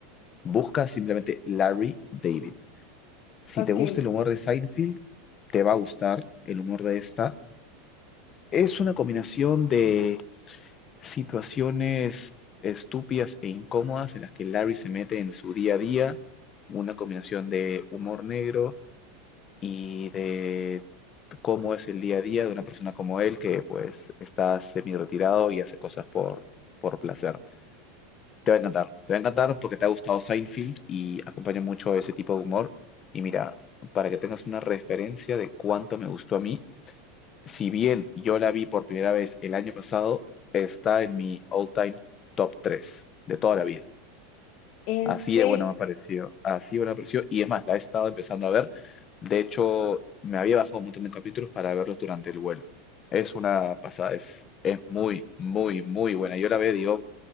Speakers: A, on the left; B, on the left.
A: Busca simplemente Larry David. Si
B: Ok.
A: te gusta el humor de Seinfeld, te va a gustar el humor de esta. Es una combinación de situaciones estúpidas e incómodas en las que Larry se mete en su día a día, una combinación de humor negro y de cómo es el día a día de una persona como él que pues está semi retirado y hace cosas por, por placer. Te va a encantar, te va a encantar porque te ha gustado Seinfeld y acompaña mucho ese tipo de humor. Y mira, para que tengas una referencia de cuánto me gustó a mí, si bien yo la vi por primera vez el año pasado, está en mi all-time top 3 de toda la vida.
B: ¿En
A: Así
B: serio?
A: de buena me ha parecido, así de buena me pareció. Y es más, la he estado empezando a ver. De hecho, me había bajado un montón de capítulos para verlos durante el vuelo. Es una pasada, es, es muy, muy, muy buena. Yo la veo y digo,